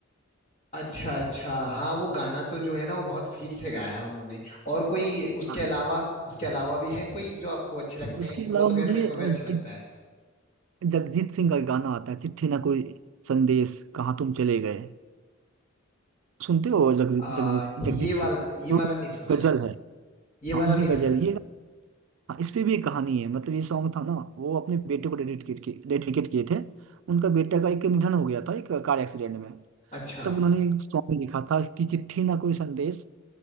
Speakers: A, on the left; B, on the right.
A: अच्छा अच्छा हाँ वो गाना तो जो है ना वो बहुत फील से गाया है उन्होंने और कोई उसके
B: हाँ,
A: अलावा उसके अलावा भी है कोई जो आपको अच्छे लगते
B: उसके
A: हैं वो
B: अलावा
A: तो खैर
B: मुझे
A: मेरे को
B: अ,
A: भी अच्छा
B: एक
A: लगता है
B: जगजीत सिंह का एक गाना आता है चिट्ठी ना कोई संदेश कहाँ तुम चले गए सुनते हो जगजीत
A: आ,
B: जगजीत जगजीत
A: ये वाला
B: सिंह
A: ये
B: जो
A: वाला नहीं सुना
B: गजल
A: है
B: है
A: ये
B: हाँ
A: वाला
B: उनकी
A: नहीं
B: गजल
A: सुना है
B: ये हाँ, इस पे भी एक कहानी है मतलब ये सॉन्ग था ना वो अपने बेटे को डेडिकेट किए डेडिकेट किए थे उनका बेटा का एक निधन हो गया था एक कार एक्सीडेंट में
A: अच्छा
B: तब उन्होंने एक सॉन्ग लिखा था कि चिट्ठी ना कोई संदेश